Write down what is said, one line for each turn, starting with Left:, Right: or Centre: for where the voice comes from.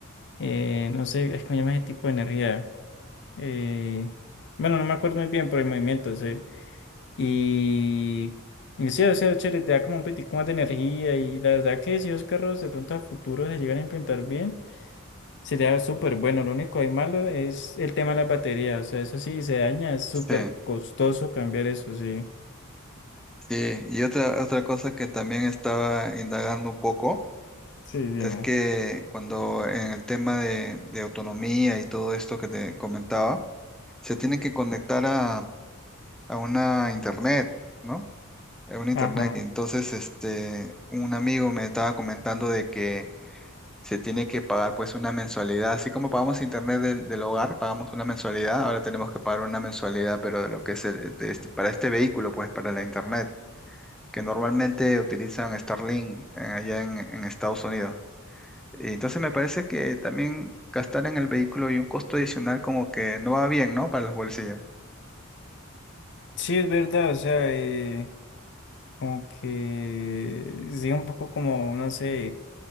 Left: eh, no sé, es que me llama ese tipo de energía. Eh, bueno, no me acuerdo muy bien por el movimiento. sí. Y, y sí, o sea, chévere, te da como un poquitico más de energía. Y la verdad que si los carros de pronto a futuro se llegan a implementar bien, sería súper bueno. Lo único ahí malo es el tema de la batería. O sea, eso sí, se daña, es súper
Centre: Sí,
Left: costoso cambiar eso, sí.
Centre: sí. Y otra, otra cosa que también estaba indagando un poco
Left: Sí, dime.
Centre: es que cuando en el tema de, de autonomía y todo esto que te comentaba, se tiene que conectar a, a una internet, ¿no? en un internet.
Left: Ajá.
Centre: Y Entonces, este, un amigo me estaba comentando de que se tiene que pagar pues una mensualidad. Así como pagamos internet del, del hogar, pagamos una mensualidad, ahora tenemos que pagar una mensualidad, pero de lo que es el, de este- para este vehículo, pues para la internet, que normalmente utilizan Starlink eh, allá en, en Estados Unidos. Y entonces me parece que también gastar en el vehículo y un costo adicional como que no va bien, ¿no? Para los bolsillos.
Left: Sí, es verdad, o sea, eh, como que sí, un poco como, no sé,